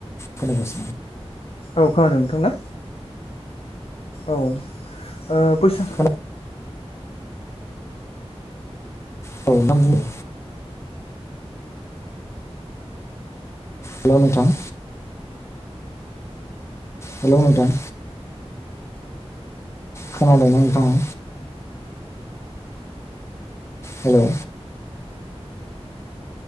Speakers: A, on the left (about 25°); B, on the left (about 65°).
A: खोना गोसिनो।
B: औ खोनादों नोंथांना। औ ओ बैसाग।
A: खोना औ नों बुं। हेल' नोंथां। हेल' नोंथां। खोनादोंना नोंथाङा। हेलौ।